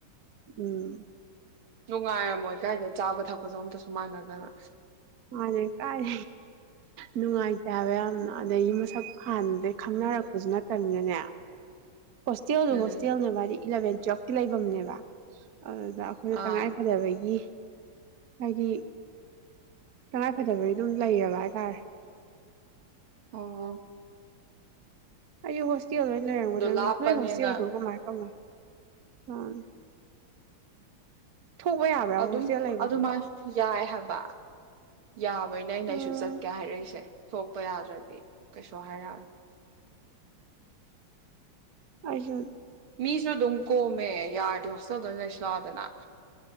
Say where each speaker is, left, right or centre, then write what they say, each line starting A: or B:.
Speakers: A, on the right (about 55°); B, on the right (about 80°).
A: ꯎꯝ
B: ꯅꯨꯡꯉꯥꯢꯔꯝꯃꯣꯢ ꯀꯥꯏꯗꯩ ꯆꯥꯕ ꯊꯛꯄꯖꯨ ꯑꯝꯇꯁꯨ ꯃꯥꯟꯅꯗꯅ
A: ꯃꯥꯅꯦ ꯀꯥꯏ ꯅꯨꯡꯉꯥꯏꯇꯦꯕ ꯌꯥꯝꯅ ꯑꯗꯒꯤ ꯃꯁꯛ ꯍꯥꯟꯗꯩ ꯈꯪꯅꯔꯛꯄꯖꯨ
B: ꯎꯝ
A: ꯅꯠ ꯇꯝꯅꯤꯅꯅꯦ ꯍꯣꯁꯇꯦꯜꯗꯤ
B: ꯎꯝ
A: ꯍꯣꯁꯇꯦꯜꯅꯦ ꯃꯥꯗꯤ ꯏꯂꯚꯦꯟ ꯇ꯭ꯋꯦꯞ ꯂꯩꯕꯝꯅꯦꯕ ꯑꯗꯨꯗ ꯑꯩꯈꯣꯏꯗ
B: ꯑꯥ
A: ꯇꯉꯥꯏ ꯐꯗꯕꯒꯤ ꯍꯥꯏꯗꯤ ꯇꯉꯥꯏꯐꯗꯕꯒꯤ ꯑꯗꯨꯝ ꯂꯩꯔꯕ ꯍꯥꯢ ꯇꯥꯥꯔꯦ
B: ꯑꯣꯋꯣ
A: ꯑꯩꯖꯨ ꯍꯣꯁꯇꯦꯜꯗ ꯑꯣꯏ ꯂꯩꯔꯝꯒꯗꯕꯅꯤ
B: ꯂꯥꯞꯄꯅꯤꯅ
A: ꯅꯣꯢ ꯍꯣꯁꯇꯦꯜꯗꯣ ꯀꯃꯥꯢ ꯀꯃꯥꯢ ꯍꯣꯏ ꯊꯣꯛꯄ ꯌꯥꯕ꯭ꯔꯥꯕ
B: ꯑꯗꯨꯝ
A: ꯍꯣꯁꯇꯦꯜ ꯂꯩꯕꯗꯨꯕꯣ
B: ꯑꯗꯨꯃꯥꯏꯅ <inaudible> ꯌꯥꯕꯩꯅꯦ ꯑꯩꯅ
A: ꯎꯝ
B: ꯑꯩꯁꯨ ꯆꯠꯀꯦ ꯍꯥꯏꯔꯛꯏꯁꯦ ꯊꯣꯛꯄ ꯌꯥꯗ꯭ꯔꯥ ꯗꯤ ꯀꯩꯁꯨ ꯍꯥꯏꯔꯛ ꯑꯔꯣꯢ
A: ꯑꯩꯖꯨ
B: ꯃꯤꯁꯨ ꯑꯗꯨꯝ ꯀꯣꯝꯃꯦ ꯌꯥꯔꯗꯤ ꯍꯣꯁꯇꯦꯜꯗ ꯑꯣꯏꯅ ꯂꯩꯁꯤ ꯂꯥꯛꯑꯣꯗꯅ